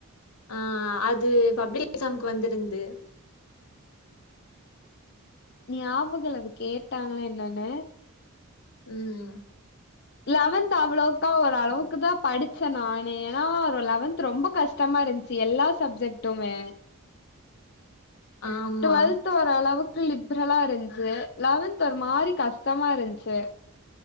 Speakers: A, on the left; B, on the left.
A: ஆ அது பப்ளிக்கு எக்சாம்க்கு வந்திருந்து
B: நியாபகம் இல்ல அது கேட்டாங்களா என்னன்னு
A: ம்
B: லெவன்த் அவ்ளவுக்கா ஒரு ஓரளவுக்கு தா படிச்சே நானு ஏனா ஒரு லெவன்த் ரொம்ப கஷ் டமா இருந்துச்சு எல்லா சப்ஜெக்ட்டுமே
A: ஆமா.
B: டுவெல்த் ஒரு அளவுக்கு லிப்ரலா இருந்துச்சு லெவன்த் ஒரு மாரி கஷ்டமா இருந்துச்சு